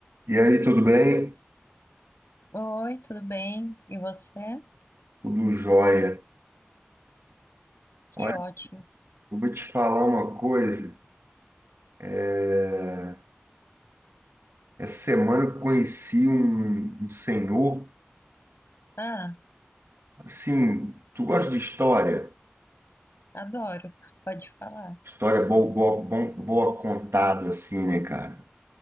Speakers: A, on the right; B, on the left.
A: E aí, tudo bem?
B: Oi, tudo bem? E você?
A: Tudo jóia.
B: Que
A: Olha,
B: ótimo.
A: eu vou te falar uma coisa. É, Essa semana eu conheci um, um senhor.
B: Ah,
A: Assim, tu gosta de história?
B: adoro. Pode falar. O
A: História boa, boa, bom- boa contada, assim, né, cara?